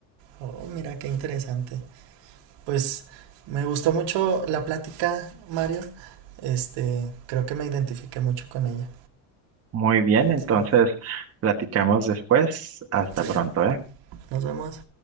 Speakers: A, on the right; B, on the right.
A: Oh, mira qué interesante. Pues me gustó mucho la plática, Mario. Este, creo que me identifiqué mucho con ella.
B: Muy bien, entonces
A: Sí.
B: platicamos después. Hasta
A: Sí,
B: pronto, ¿eh?
A: nos vemos.